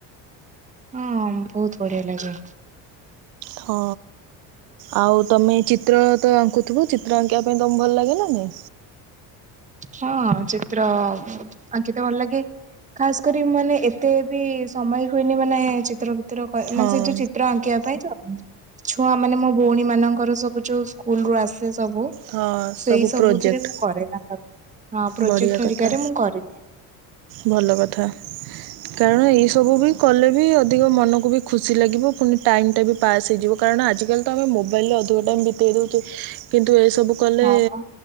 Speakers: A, on the right; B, on the right.
A: ଅ ବହୁତୁ ବଢିଆ ଲାଗେ।
B: ହଁ। ଆଉ ତମେ ଚିତ୍ର ତ ଆଙ୍କୁ ଥିବ ଚିତ୍ର ଆଙ୍କିବା ପାଇଁ ତ ଭଲ ଲାଗେନା ନାଇଁ?
A: ହଁ ଚିତ୍ର ଆଙ୍କିିତ ଭଲ ଲାଗେ। ଖାସ୍ କରି ମାନେ ଏତେ ବି ସମୟ ହୁଏନି ମାନେ ଚିତ୍ର ଚିତ୍ର କ
B: ହଁ
A: ମାନେ ସେ ଯୋଉ ଚିତ୍ର ଆଙ୍କିବା ପାଇଁ ତ। ଛୁଆ ମାନେ ମୋ ଭଉଣୀ ମାନଙ୍କର ସବୁ ଯୋଉ ସ୍କୁଲ ରୁ ଆସ ସେ ସବୁ
B: ହଁ
A: ସେଇ
B: ସବୁ
A: ସବୁଥିରେ
B: ପ୍ରୋଜେକ୍ଟ
A: ମୁଁ କରେ ତାଙ୍କର। ହଁ ପ୍ରୋଜେକ୍ଟ
B: ବଢ଼ିଆ କଥା
A: ହରିକାରେ ମୁଁ କରିଦିଏ।
B: ଭଲ କଥା। କାରଣ ଏଇ ସବୁ ବି କଲେ ବି ଅଧିକ ମନକୁ ବି ଖୁସି ଲାଗିବ। ପୁଣି ଟାଇମ ଟା ବି ପାସ୍ ହେଇଯିବ କାରଣ ଆଜିକାଲି ତ ଆମେ ମୋବାଇଲ ରେ ଅଧିକ ଟାଇମ୍ ଦେଇ ଦେଉଛୁ କିନ୍ତୁ ଏସବୁ କଲେ
A: ହଁ ପା।